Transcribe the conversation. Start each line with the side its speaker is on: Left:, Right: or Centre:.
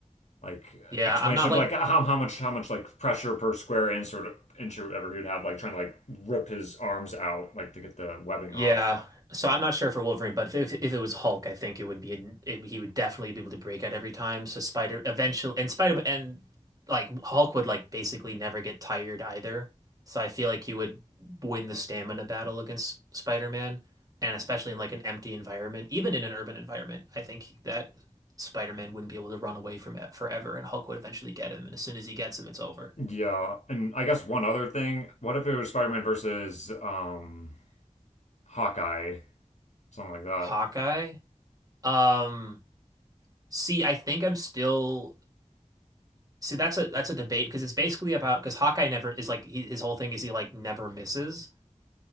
Left: like
Right: Yeah,
Left: explanation
Right: I'm not
Left: of
Right: like
Left: like how how much how much like pressure per square inch or inch or whatever he would have like trying to like rip his arms out like to get the webbing
Right: Yeah.
Left: off.
Right: So I'm not sure for Wolverine, but if if, it was Hulk, I think it would be an, it, he would definitely be able to break out every time. So Spider eventually and Spider and like Hulk would like basically never get tired either. So I feel like he would win the stamina battle against Spider-Man and especially in like an empty environment, even in an urban environment. I think that Spider-Man wouldn't be able to run away from it forever and Hulk would eventually get him and as soon as he gets him, it's over.
Left: Yeah, and I guess one other thing, what if it was Spider-Man versus um Hawkeye, something like that.
Right: Hawkeye? Um See, I think I'm still. so that's a that's a debate because it's basically about because Hawkeye never is like he, his whole thing is he like never misses,